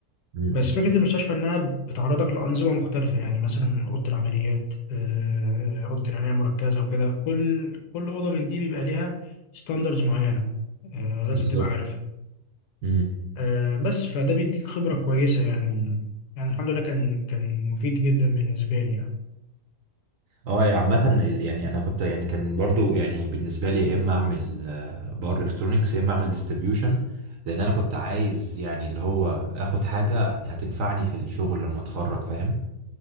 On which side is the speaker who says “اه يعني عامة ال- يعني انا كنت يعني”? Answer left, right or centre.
Right